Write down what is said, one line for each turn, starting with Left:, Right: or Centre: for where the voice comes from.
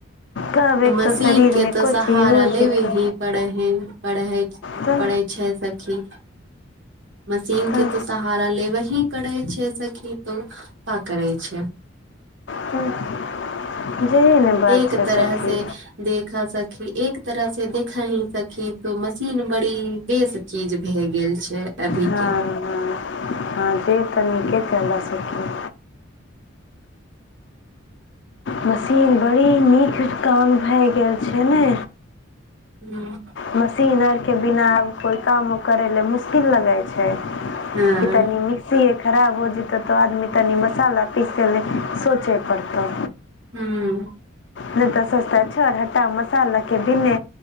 Left: कहबै
Right: तऽ मशीन
Left: त शरीर
Right: के
Left: में
Right: तो
Left: कुछ
Right: सहारा
Left: ही हो
Right: लेबे
Left: जैतै
Right: ही पढ़ैहे पढ़ै
Left: त
Right: पढ़ै छै सखी मशीन
Left: त
Right: के तो सहारा लेब ही करे छै सखी तो पा करै छै
Left: त <unintelligible>
Right: एक तरह
Left: सखी
Right: से देखा सखी एक तरह से देखा ही सखी तो मशीन बड़ी बेस चीज भए गेल छै अभी
Left: हँ
Right: के
Left: हँ हँ से तऽ नीके कहलास सखिन मशीन बड़ी नीक काम भए गेल छै ने
Right: हूँ
Left: मशीन आर के बिना आब कोइ काम करै लए मुश्किल लगै छै
Right: हँ
Left: तनी मिक्सी एक खराब हो जेतो तऽ आदमी तनी मसाला पीसे सोचे पड़तौ
Right: हूँ
Left: नय तऽ सोचते छर हट्टा मसाला के भीने